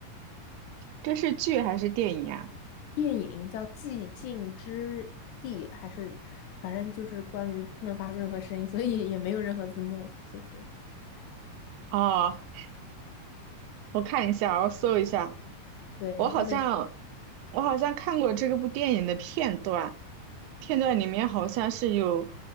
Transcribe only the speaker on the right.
这是剧还是电影啊？
哦，我看一下，我搜一下，
我好像我好像看过这个部电影的片段，片段里面好像是有，